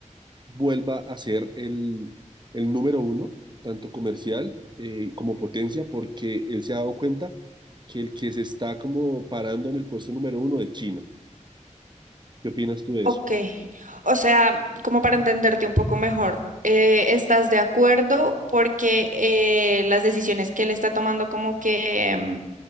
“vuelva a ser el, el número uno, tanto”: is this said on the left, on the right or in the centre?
Right